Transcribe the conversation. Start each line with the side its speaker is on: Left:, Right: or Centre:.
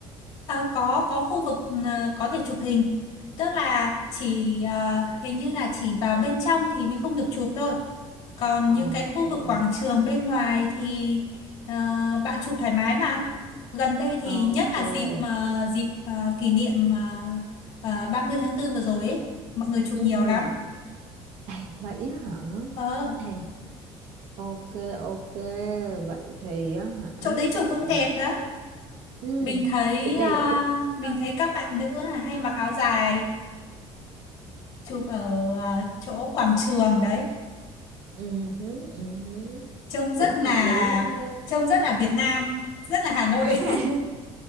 Left: Ờ, có có khu vực ờ, có thể chụp hình tức là chỉ ờ, hình như là chỉ vào bên trong thì mới không được chụp thôi còn
Right: Ok,
Left: những cái khu vực quảng trường bên ngoài thì ờ, bạn chụp thoải mái mà gần đây thì
Right: ok.
Left: nhất là dịp mà dịp ờ, kỷ niệm uh, ba mươi tháng 4 vừa rồi ấy mọi người chụp
Right: Ừ.
Left: nhiều lắm
Right: À, vậy á hả?
Left: ờ
Right: À, ok, ok. Vậy thì á hả?
Left: chỗ đấy chụp cũng
Right: Mình
Left: đẹp đấy
Right: ừ,
Left: mình thấy
Right: thì
Left: ờ,
Right: đẹp luôn đúng
Left: mình
Right: không?
Left: thấy các bạn nữ là hay mặc áo dài chụp ở ờ, chỗ quảng trường đấy
Right: Ừ, hứ, ừ hứ.
Left: trông rất
Right: cũng hợp
Left: là
Right: lý quá ha
Left: trông rất là Việt Nam rất là Hà Nội
Right: à,
Left: <laughs>
Right: <laughs>